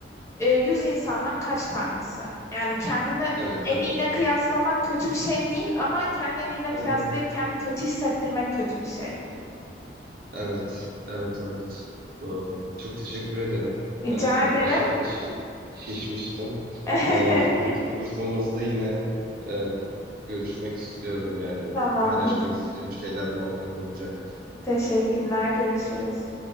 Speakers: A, on the left; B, on the right.
A: e, 100 insandan kaç tanesi? Yani kendini
B: Evet,
A: en
B: evet.
A: iyiyle Evet. kıyaslamak kötü bir şey değil ama kendini en iyiyle kıyaslayıp
B: Hı hı.
A: kendini kötü hissettirmek kötü bir şey.
B: Evet, evet, evet. Doğru. Çok teşekkür ederim.
A: Rica
B: Ee,
A: ederim.
B: gerçekten şi- şişmiştim.
A: Evet.
B: Ee, bir dahaki buluşmamızda yine e, görüşmek istiyorum. Yani
A: <laughs> Tamamdır.
B: paylaşmak isteyeceğim şeyler muhakkak olacak.
A: Teşekkürler. Görüşürüz.